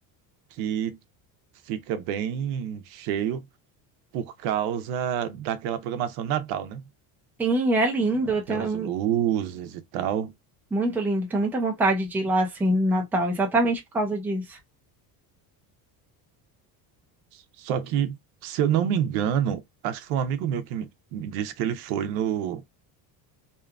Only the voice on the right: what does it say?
que fica bem cheio por causa daquela programação de Natal, né?
Aquelas
luzes e tal.
Só que, se eu não me engano, acho que foi um amigo meu que me me disse que ele foi no